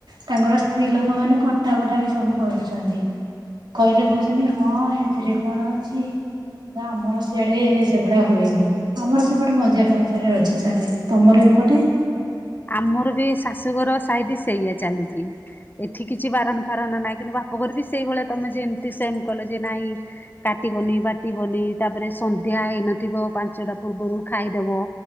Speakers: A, on the right (about 75°); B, on the left (about 25°).
A: ତାଙ୍କର ସ୍ତ୍ରୀ ଲୋକମାନେ କଟା ବଟା ବି ସବୁ କରୁଛନ୍ତି। କହିଲେ କହୁଛନ୍ତି, ହଁ ହେଥିରେ କଣ ଅଛି? ଗାଁ ଆମର ସିଆଡେ ସେଗୁଡା ହୁଏନି। ଆମର ସେପଟେ ମଜାରେ ମଜାରେ ରଜ ଚାଲେ। ତମର ଏପଟେ?
B: ଆମର ବି ଶାଶୁଘର ସାଇଡ ସେଇଆ ଚାଲିଛି। ଏଠି କିଛି ବାରଣ ବାରଣ ନାଇଁ କିନ୍ତୁ ବାପଘର ବି ସେଇଭଳିଆ ତମେ ଯେମତି ସେମ କହିଲ ଯେ ନାଇଁ କାଟିବନି, ବାଟିବନି ତାପରେ ସନ୍ଧ୍ୟା ହେଇନଥିବ ପାଞ୍ଚଟା ପୂର୍ବରୁ ଖାଇଦେବ।